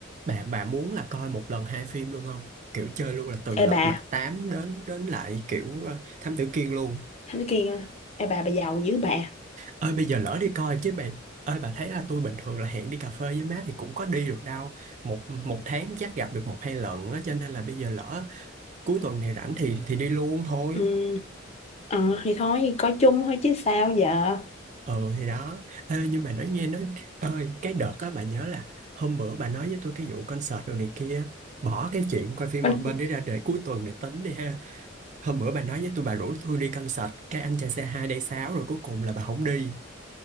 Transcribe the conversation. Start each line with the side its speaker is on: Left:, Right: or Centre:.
Right: bà bà muốn là coi một lần hai phim luôn không kiểu chơi luôn là từ Lật
Left: ê bà
Right: Mặt tám đến đến lại kiểu ờ, Thám Tử Kiên luôn
Left: Thám Tử Kiên à? ê bà bà giàu dữ bà
Right: ơi bây giờ lỡ đi coi chứ bà ơi bà thấy là tôi bình thường là hẹn đi cà phê với má thì cũng có đi được đâu một một tháng chắc gặp được một hai lần á cho nên là bây giờ lỡ cuối tuần này rảnh thì thì đi luôn thôi
Left: ừ. ờ thì thôi coi chung thôi chứ sao giờ
Right: ừ thì đó Ê, nhưng mà nói nghe nói ơi cái đợt á bà nhớ là hôm bữa bà nói với tôi cái vụ concert đồ này kia bỏ cái chuyện coi phim
Left: con
Right: một bên để ra để cuối tuần để tính đi ha hôm bữa bà nói với tôi bà rủ tôi đi concert cái anh trai c hai day sáu rồi cuối cùng là bà không đi